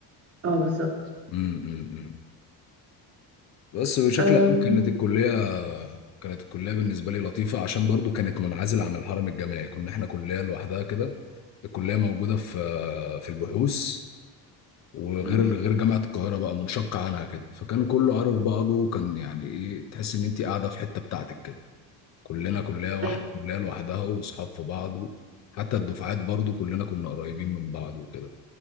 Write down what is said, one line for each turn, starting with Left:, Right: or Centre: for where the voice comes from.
Right: اه بالظبط
Left: امم امم، امم. بس بشكل
Right: أم...
Left: عام كانت الكلية كانت الكلية بالنسبة لي لطيفة عشان برضو كانت منعزلة عن الحرم الجامعي كنا احنا كلية لوحدها كده الكلية موجودة في في البحوث وغير
Right: مم.
Left: غير جامعة القاهرة بقى منشقة عنها كده فكان كله عارف بعضه وكان يعني ايه تحس ان انت قاعدة في حتة بتاعتك كده كلنا كلية واحدة
Right: أيوة
Left: كلية لوحدها واصحاب في بعض حتى الدفعات برضو كلنا كنا قريبين من بعض وكده